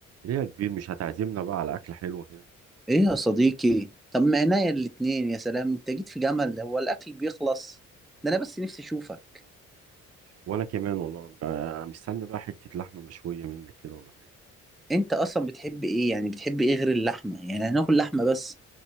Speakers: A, on the right; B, in the centre.
A: ليه يا كبير مش هتعزمنا بقى على أكلة حلوة كده
B: ايه يا صديقي طب ما عينيا الاتنين يا سلام انت جيت في جمل هو الاكل بيخلص ده انا بس نفسي اشوفك
A: وأنا كمان والله آه، مستني بقى حتة لحمة مشوية منك كده ولا حاجة
B: انت اصلا بتحب ايه يعني بتحب ايه غير اللحمه يعني هناكل لحمه بس